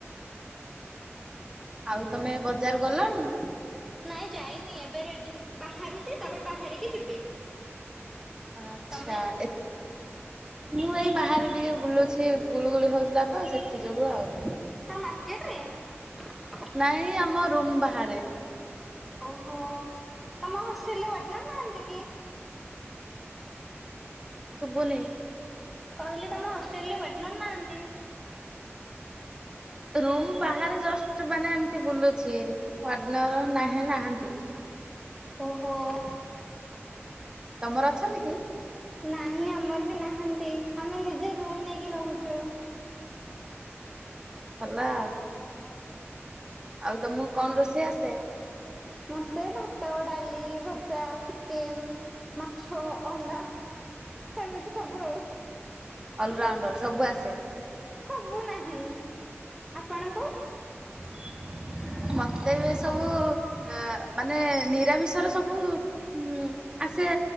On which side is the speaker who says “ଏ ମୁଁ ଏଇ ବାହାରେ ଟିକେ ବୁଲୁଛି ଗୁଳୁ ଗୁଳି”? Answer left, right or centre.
Right